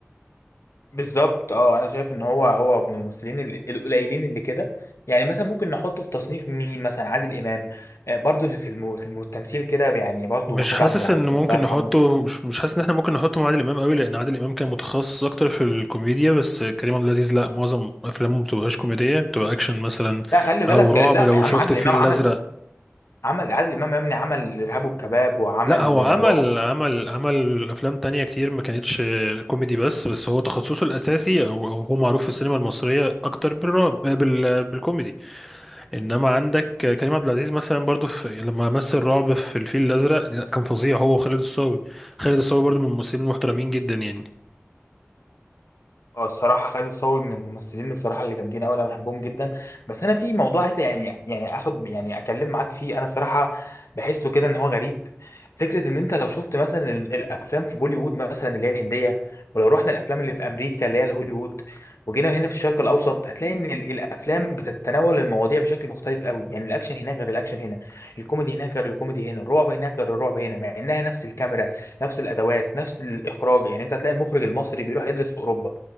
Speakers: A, on the left (about 85°); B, in the centre.
A: بالظبط اه انا شايف ان هو هو من الممثلين ال- القليلين اللي كده يعني مثلا ممكن نحطه في تصنيف مين مثلا عادل امام آه، برضو اللي في الم- في الم- التمثيل كده يعني برضو
B: مش
A: محمود
B: حاسس
A: عبد العزيز
B: ان ممكن
A: الله يرحمه
B: نحطه مش مش حاسس ان احنا ممكن نحطه مع عادل امام قوي لان عادل امام كان متخصص اكتر في الكوميديا بس كريم عبد العزيز لا معظم افلامه ما بتبقاش كوميديه بتبقى اكشن مثلا
A: لا خلي بالك
B: او رعب
A: لا
B: لو
A: يا عم
B: شفت
A: عادل
B: الفيل
A: امام عمل
B: الازرق
A: عمل عادل امام يا ابني عمل ارهاب والكباب وعمل
B: لا هو
A: آه،
B: عمل
A: رعب
B: عمل عمل افلام تانية كتير ما كانتش كوميدي بس بس هو تخصصه الاساسي او أو هو معروف في السينما المصريه اكتر بالرعب بال بالكوميدي انما عندك كريم عبد العزيز مثلا برضو في لما مثل رعب في الفيل الازرق لا، كان فظيع هو وخالد الصاوي خالد الصاوي برضو من الممثلين المحترمين جدا يعني
A: اه الصراحة خالد الصاوي من الممثلين الصراحة اللي جامدين أوي أنا بحبهم جدا بس أنا في موضوع عايز يعني يعني آخد يعني أكلم معاك فيه أنا الصراحة بحسه كده إن هو غريب فكرة إن أنت لو شفت مثلا ال- الأفلام في بوليوود مثلا اللي هي الهندية ولو رحنا الأفلام اللي في أمريكا اللي هي الهوليوود وجينا هنا في الشرق الأوسط هتلاقي إن ال- الأفلام بتتناول المواضيع بشكل مختلف أوي يعني الأكشن هناك غير الأكشن هنا الكوميدي هناك غير الكوميدي هنا الرعب هناك غير الرعب هنا مع إنها نفس الكاميرا نفس الأدوات نفس الإخراج يعني أنت هتلاقي المخرج المصري بيروح يدرس في أوروبا